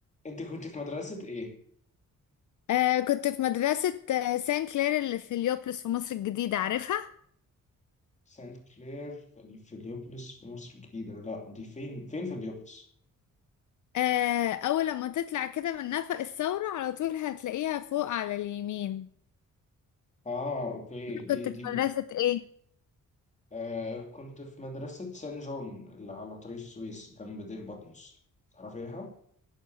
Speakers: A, on the left; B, on the left.
A: انت كنت في مدرسة ايه؟
B: آه كنت في مدرسة آه، سان كلير اللي في اليوبلس في مصر الجديدة عارفها
A: سانت كلير في في اليوبلس في مصر الجديدة لا دي فين فين في اليوبلس؟
B: آه أول لما تطلع كده من نفق الثورة على طول هتلاقيها فوق على اليمين
A: اه اوكي
B: كنت
A: دي
B: في
A: دي
B: مدرسة إيه؟
A: آه كنت في مدرسة سان جون اللي على طريق السويس جنب دير بطمس تعرفيها؟